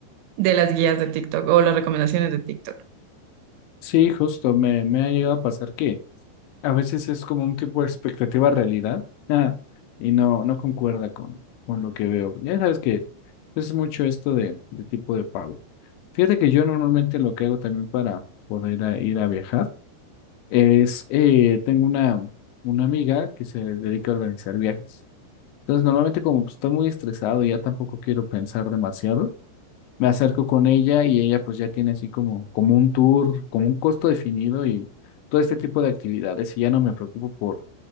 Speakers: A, on the right; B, on the left.
A: de las guías de TikTok o las recomendaciones de TikTok.
B: Sí, justo, me, me ha llegado a pasar que... a veces es como un tipo de expectativa realidad ah, y no, no concuerda con, con lo que veo. Ya sabes que es mucho esto de, de tipo de pago. Fíjate que yo normalmente lo que hago también para poder a- ir a viajar es, eh, tengo una, una amiga que se dedica a organizar viajes. Entonces, normalmente como pues, estoy muy estresado y ya tampoco quiero pensar demasiado, me acerco con ella y ella pues ya tiene así como, como un tour, como un costo definido y todo este tipo de actividades y ya no me preocupo por,